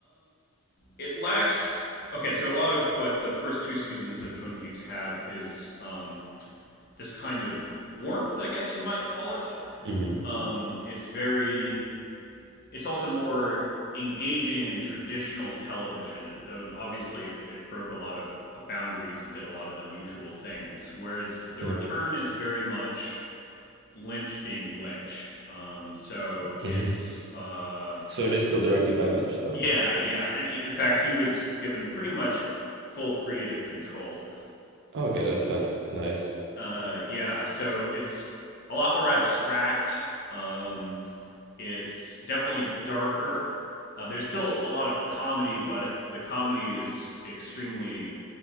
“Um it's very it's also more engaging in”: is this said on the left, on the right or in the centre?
Left